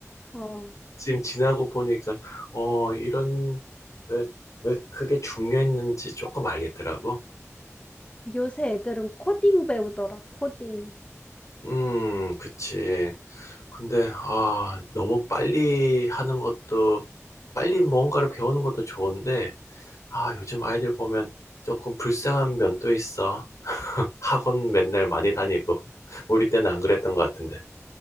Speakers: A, on the left; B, on the left.
A: 어,
B: 지금 지나고 보니까, 어, 이런, 왜, 왜 그게 중요했는지 조금 알겠더라고.
A: 요새 애들은 코딩 배우더라, 코딩.
B: 음, 그치. 근데, 아, 너무 빨리 하는 것도, 빨리 뭔가를 배우는 것도 좋은데, 아, 요즘 아이들 보면 조금 불쌍한 면도 있어. 학원 맨날 많이 다니고, 우리 때는 안 그랬던 것 같은데.